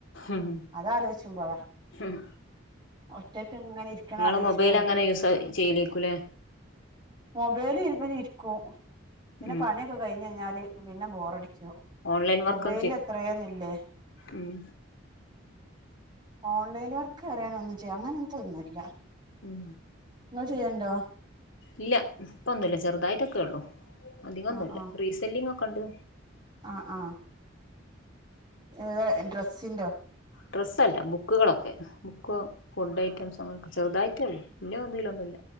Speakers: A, on the left; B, on the right.
A: ഉം
B: അതലോയ്ച്ചുമ്പോഴാ
A: ഉം
B: ഒറ്റക്കിങ്ങനെ ഇരിക്കണലോയ്ച്ചുമ്പളെ
A: നിങ്ങള് മൊബൈൽ അങ്ങനെ യൂസ് ചെയ്യലേക്കൂലേ
B: മൊബൈല് ഇ കോ പിന്നെ
A: ഉം
B: പണിയൊക്കെ കഴിഞ്ഞയ്ഞ്ഞാല് പിന്നെ ബോറടി
A: ഓൺലൈൻ
B: മൊബൈല്
A: വർക്കും ചെയ്
B: എത്രേന്നില്ലേ
A: ഉം
B: ഓൺലൈൻ വർക്കറിയാനും ഒന്നും ചെയ്യാ അങ്ങനെത്തെന്നുല്ല
A: ഉം
B: ഇങ്ങൾ ചെയ്യേണ്ടോ
A: ഇല്ല ഇപ്പൊന്നുല്ല ചെറുതായിട്ടൊക്കെ ഉള്ളു അധികൊന്നുല്ല
B: ആ ആ
A: റീസെല്ലിംഗ് ഒക്കെ കണ്ട്
B: ആ ആ ഏ ഡ്രസ്സിന്റെോ
A: ഡ്രസ്സല്ല ബുക്കുകളൊക്കെ ബുക്ക് ഫുഡ് ഐറ്റംസ് അങ്ങനെയൊക്കെ ചെറുതായിട്ടേ ഉള്ളൂ വല്യ തിലൊന്നുല്ല